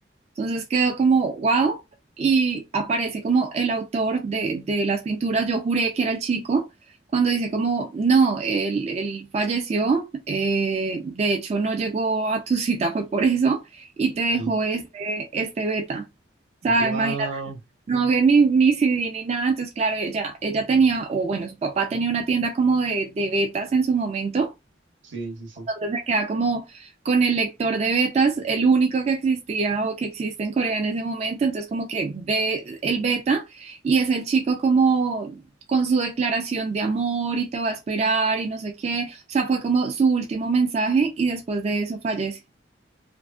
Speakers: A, on the right (about 35°); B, on the right (about 80°).
A: Entonces quedó como wow y aparece como el autor de, de las pinturas. Yo juré que era el chico cuando dice como no, él, él falleció, eh, de hecho no llegó a tu cita, fue por eso y te dejó
B: Y-
A: este, este beta. O sea,
B: Guau.
A: imagínate, no había ni, ni CD ni nada, entonces claro, ella, ella tenía, o bueno, su papá tenía una tienda como de, de betas en su momento,
B: Sí, sí, sí.
A: entonces se queda como con el lector de betas, el único que existía o que existe en Corea en ese momento. Entonces como que ve el beta y es el chico como con su declaración de amor y te va a esperar y no sé qué. O sea, fue como su último mensaje y después de eso fallece.